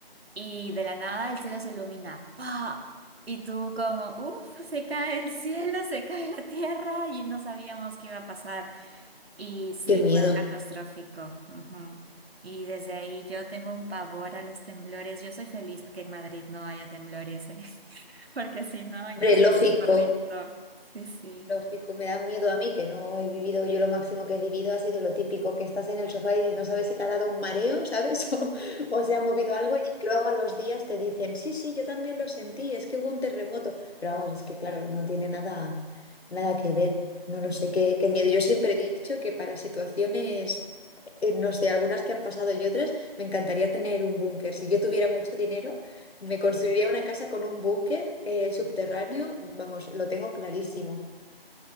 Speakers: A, on the right (about 80°); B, on the left (about 85°).
A: Y de la nada el cielo se ilumina, ¡pa! Y tú como, uff, se cae el cielo, se cae la tierra y no sabíamos qué iba a pasar. Y sí,
B: qué miedo.
A: fue catastrófico. ujú. Y desde ahí yo tengo un pavor a los temblores. Yo soy feliz que en Madrid no haya temblores, ¿eh? <laughs> Porque si no,
B: Hombre,
A: yo salgo
B: lógico.
A: corriendo. Sí, sí.
B: Lógico, me da miedo a mí que no he vivido, yo lo máximo que he vivido ha sido lo típico, que estás en el sofá y no sabes si te ha dado un mareo, ¿sabes? <laughs> O, o se ha movido algo y que luego a los días te dicen, sí, sí, yo también lo sentí, es que hubo un terremoto. Pero vamos, es que claro, no tiene nada, nada que ver, no lo sé, qué, qué miedo. Yo siempre he dicho que para situaciones, eh, no sé, algunas que han pasado y otras, me encantaría tener un búnker. Si yo tuviera mucho dinero... Me construiría una casa con un búnker eh, subterráneo, vamos, lo tengo clarísimo.